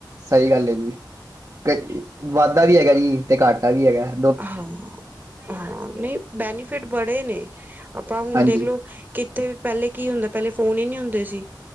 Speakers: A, on the right; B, on the right.
A: ਸਈ ਗੱਲ ਏ ਜੀ, ਕ ਵਾਦਾ ਵੀ ਹੈਗੈ ਜੀ ਤੇ ਘਾਟਾ ਵੀ ਹੈਗੈ।
B: ਹਾਂ, ਹਾਂ ਨਈ ਬੈਨੀਫਿਟ ਬੜੇ ਨੇ ਆਪਾਂ ਹੁਨ
A: ਹਾਂਜੀ
B: ਦੇਖਲੋ, ਕਿੱਥੇ ਪੈਲੇ ਕੀ ਹੁੰਦਾ ਪੈਲੇ ਫੋਨ ਈ ਨੀ ਹੁੰਦੇ ਸੀ।